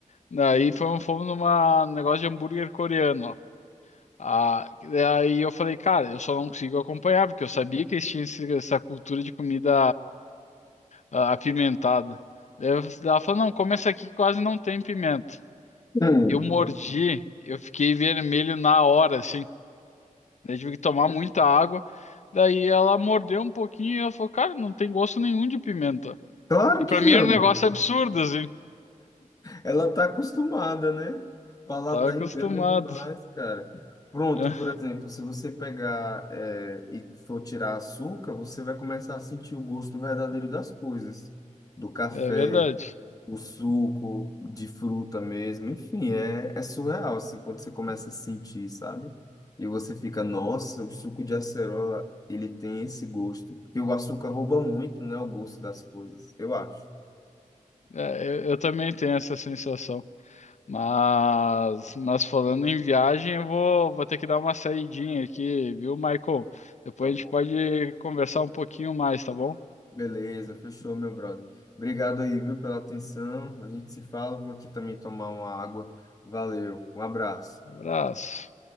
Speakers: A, on the left (about 60°); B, on the left (about 25°).
A: Daí fomos, fomos numa um negócio de hambúrguer coreano, ó. Ah, daí eu falei, cara, eu só não consigo acompanhar, porque eu sabia que eles tinham esse- essa cultura de comida ah, apimentada. Daí eu- ela falou, não, come essa aqui que quase não tem pimenta.
B: Hum,
A: Eu mordi, eu fiquei vermelho na hora, assim, Daí tive que tomar muita água. Daí ela mordeu um pouquinho e ela falou, cara, não tem gosto nenhum de pimenta.
B: claro
A: E
B: que
A: pra
B: não.
A: mim era um negócio absurdo, assim.
B: Ela tá acostumada, né? Paladar
A: Eu tava acostumado.
B: engana demais, cara. Pronto,
A: <laughs>
B: por exemplo, se você pegar é, e for tirar açúcar, você vai começar a sentir o gosto verdadeiro das coisas, do café,
A: É verdade.
B: o suco, de fruta mesmo, enfim, é, é surreal, assim, quando você começa a sentir, sabe? E você fica, nossa, o suco de acerola, ele tem esse gosto, porque o açúcar rouba muito, né, o gosto das coisas, eu acho.
A: É, eu, eu também tenho essa sensação. Mas, mas falando em viagem, eu vou, vou ter que dar uma saidinha aqui, viu, Michael? Depois
B: Tá bom.
A: a gente pode conversar um pouquinho mais, tá bom?
B: Beleza, fechou, meu brother. Obrigado aí, viu, pela atenção. A gente se fala. Vou aqui também tomar uma água. Valeu, um abraço.
A: Abraço.